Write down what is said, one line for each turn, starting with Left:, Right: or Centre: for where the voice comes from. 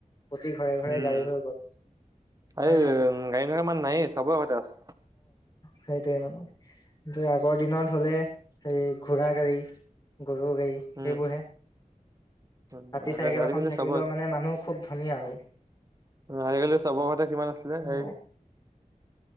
Left: প্ৰতি ঘৰে ঘৰে
Right: উম,
Left: গাড়ী হৈ গ'ল। হয়
Right: এই
Left: নে নাই
Right: গাড়ী নথকা মানুহ নাইয়েই, চবৰে ঘৰতে আছে।
Left: সেইটয়ে মানে কি আগৰ দিনত হলে হেৰি ঘোৰা গাড়ী গৰু গাড়ী
Right: উম,
Left: সেইবোৰ হে,
Right: উম
Left: পাতি
Right: আগ-
Left: চাইকেল
Right: আজিকালি
Left: এখন থাকিলেও
Right: চবৰ
Left: মানে মানুহ খুব ধুনীয়া আৰু
Right: আজিকালি চবৰ ঘৰতে কিমান আছিলে
Left: অ
Right: এই